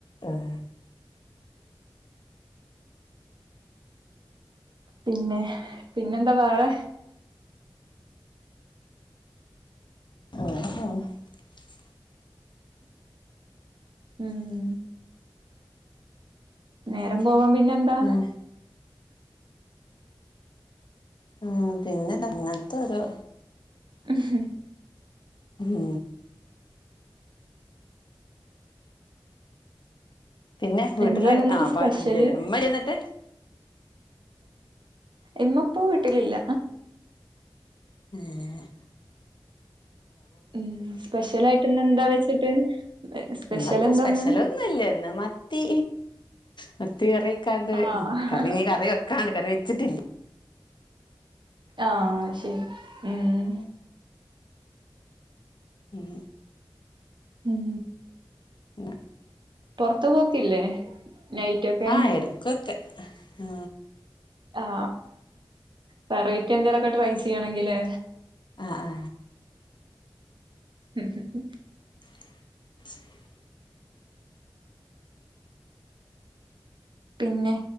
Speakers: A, on the left (about 60°); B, on the right (about 65°).
A: ഉ
B: പിന്നെ പിന്നെന്താ വേറെ
A: ആ
B: ഉം നേരം പോവാൻ പിന്നെന്താ
A: പിന്നെ ആ പിന്നെ തങ്ങനത്തെ ഓരോ
B: ഹ്ഹ്
A: ഹു പിന്നെ വീട്ടില്
B: എന്താന്ന്ന്നിട്ട്
A: ആ
B: സ്പെഷ്യല്
A: പ്പാരുംല്ലല്ലേ മ്മല്ലേന്നിട്ട്
B: ഇമ്മപ്പ വീട്ടിലില്ല
A: ഊഹ്
B: ഉം സ്പെഷ്യൽ ആയിട്ട്ന്ന് എന്താ വെച്ചിട്ട് സ്പെഷ്യൽ
A: ഇന്നന്ന്
B: എന്താന്ന്
A: സ്പെഷ്യലൊന്നുംല്ലേന്ന് ഹ്ഹ്ഹ് മത്തി മത്തി കറി വക്കാണ്ട്
B: ആഹ്
A: ഉ കറി നീ കറി വെക്കാണ്ട് കറി വെച്ചിട്ടില്ല
B: ആഹ ശരി ഉം
A: ഉം
B: ഉം
A: ഉ
B: പെറത്ത് പോക്കില്ലേ നൈറ്റൊക്കെ
A: ആ എടുക്കൊക്കെ ആ
B: ആ വെറേറ്റ് എന്തെലൊക്കെ ട്രൈ ചെയ്യണെങ്കില്
A: ആ ആ
B: <inaudible>
A: <unintelligible>
B: പിന്നെ